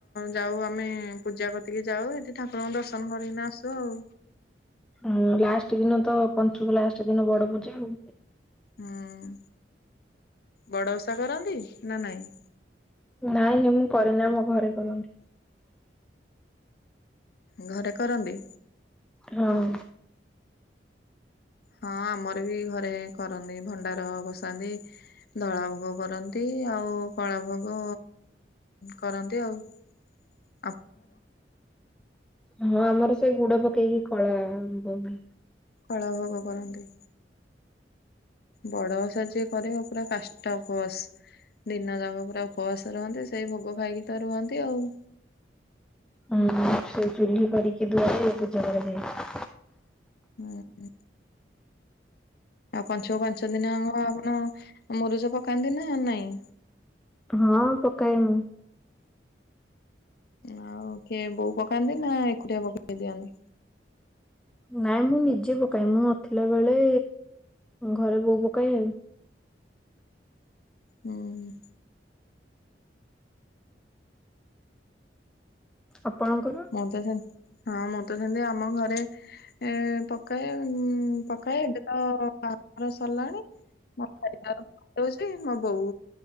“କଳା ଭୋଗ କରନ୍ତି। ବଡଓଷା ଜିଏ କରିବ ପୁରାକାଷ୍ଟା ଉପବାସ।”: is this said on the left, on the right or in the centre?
Left